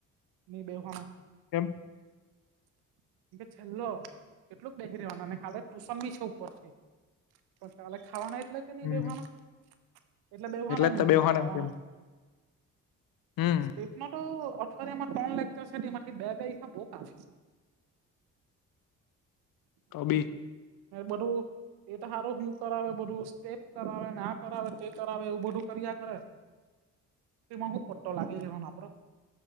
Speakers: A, on the right; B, on the left.
A: ની બેવાનો.
B: કેમ?
A: <unintelligible> કે છેલ્લો કેટલુંક બેસી રેવાનું, અમે કાલે ટુશન બી છે ઉપરથી. પણ કાલે ખાવાના એટલે કે નહી
B: હમ
A: બેહવાના, એટલે બેવાના એમ
B: જ તો
A: ના
B: બેહવાનો
A: ખાવાના
B: એમ કેમ
A: એટલે.
B: હમ
A: સ્ટેટમાં તો અઠવાડિયાના ત્રણ લેકચર છે, તેમાંથી બે બે તારીખ ના બઉ કાફી છે. <unintelligible>
B: તો બી.
A: એ બધું. એ તો સારો શું કરાવે? બધું સ્ટેપ કરાવેને, ના કરાવે, તે કરાવે એવું બધું. કરીયા કરે, તેમાં શું પટ્ટો લાગી જવા આપડો?